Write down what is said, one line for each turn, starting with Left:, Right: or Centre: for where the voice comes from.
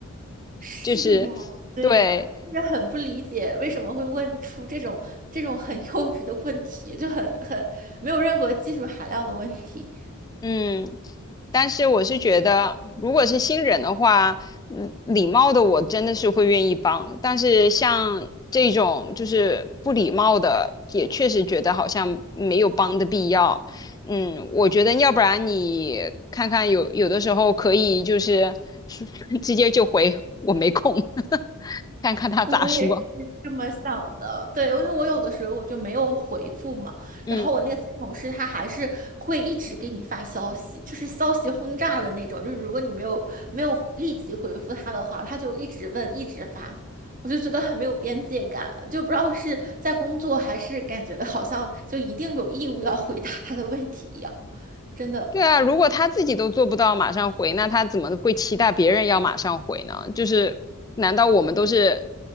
Right: 是啊，
Left: 就是，
Right: 对呀，
Left: 对，
Right: 就是很不理解为什么会问出这种这种很 <laughs> 幼稚的问题，就很很没有任何技术含量的问题。
Left: 嗯，但是我是觉得，如果是新人的话，嗯礼貌的我真的是会愿意帮，但是像这种就是不礼貌的，也确实觉得好像没有帮的必要。嗯，我觉得要不然你看看有有的时候可以就是 <laughs> 直接就回我没空，<laughs> 看看他咋说。
Right: 我也是这么想的，对，因为我有的时候我就没有回复嘛，
Left: 嗯。
Right: 然后我那个新同事他还是会一直给你发消息，就是消息轰炸的那种，就是如果你没有没有立即回复他的话，他就一直问，一直发，我就觉得很没有边界感，就不知道是在工作还是感觉好像就一定有义务要回答他的问题一样，真的。
Left: 对啊，如果他自己都做不到马上回，那他怎么会期待别人要马上回呢？就是，难道我们都是